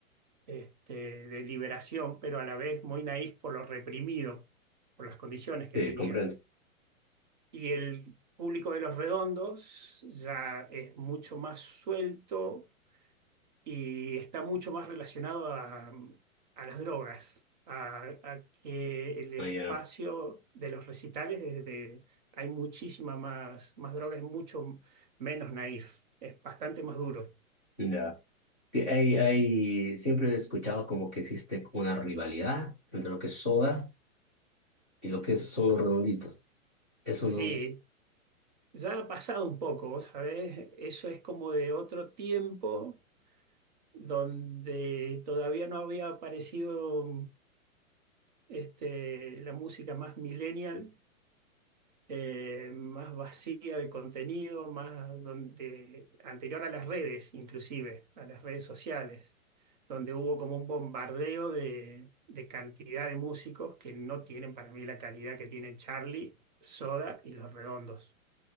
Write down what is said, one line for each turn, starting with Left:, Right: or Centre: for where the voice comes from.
Right: este, de liberación, pero a la vez muy naif por lo reprimido, por las condiciones que
Centre: Sí,
Right: tenía.
Centre: comprendo.
Right: Y el público de Los Redondos ya es mucho más suelto y está mucho más relacionado a, a las drogas, a, a que el espacio
Centre: Ah, ya,
Right: de los recitales, desde, hay muchísima más, más droga, es mucho menos naif, es bastante más duro.
Centre: ya. Que hay, hay, siempre he escuchado como que existe una rivalidad entre lo que es soda y lo que son los redonditos. Eso
Right: Sí,
Centre: no,
Right: ya ha pasado un poco, vos ¿sabés? Eso es como de otro tiempo donde todavía no había aparecido este, la música más millennial eh, más vacía de contenido, más donde, anterior a las redes, inclusive, a las redes sociales, donde hubo como un bombardeo de, de cantidad de músicos que no tienen para mí la calidad que tiene Charlie, Soda y Los Redondos.